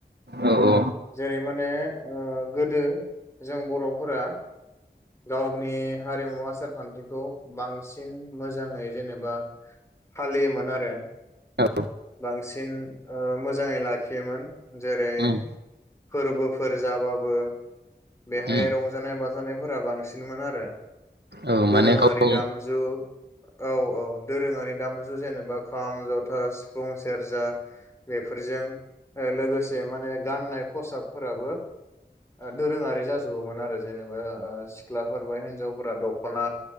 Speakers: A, on the right (about 70°); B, on the left (about 15°).
A: औ औ
B: जेरै माने ओ गोदो जों बर फोरा। गावनि हारिमु आसार खान्थिखौ, बांसिन मोजाङै जेनेबा फालियोमोन आरो।
A: औ
B: बांसिन ओ मोजाङै लाखियोमोन जेरै।
A: उम
B: फोरबोफोर जाबाबो। बेहाय
A: उम
B: रंजानाय बाजा। जानायाव। फोरा बांसिन दोङीमीन आरो,
A: औ
B: दोरोंङारि
A: माने गावनि
B: दामजु औ औ दोरोङारि दामजु। जु जेनेबा खाम, जथा, सिफुं, सेरजा बेफोरजों लोगोसे माने गाननाय खसाबफोराबो। आ दोरोङारि जाजोबोमोन आरो जेनेबा। ओ सिख्लाफोर बाहेनजावफोरा दखना,